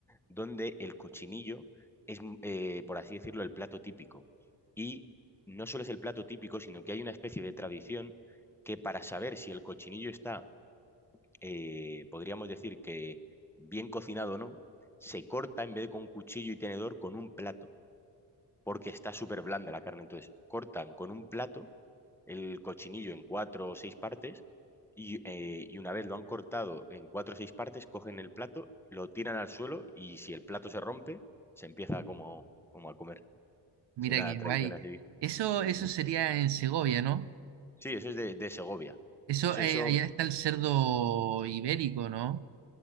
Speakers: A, in the centre; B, on the right.
A: donde el cochinillo es, mm, eh, por así decirlo, el plato típico. Y no solo es el plato típico, sino que hay una especie de tradición que para saber si el cochinillo está eh, podríamos decir que bien cocinado, o ¿no? Se corta en vez de con cuchillo y tenedor con un plato, porque está súper blanda la carne. Entonces, cortan con un plato el cochinillo en cuatro o seis partes y, eh, y una vez lo han cortado en cuatro o seis partes, cogen el plato, lo tiran al suelo y si el plato se rompe, se empieza como, como a comer.
B: Mira
A: Es una
B: qué
A: tradición
B: guay.
A: así.
B: Eso,
A: Sí,
B: eso
A: sí.
B: sería en Segovia, ¿no?
A: Sí, eso es de, de Segovia.
B: Eso,
A: De hecho,
B: eh,
A: eso,
B: allá está el cerdo ibérico, ¿no?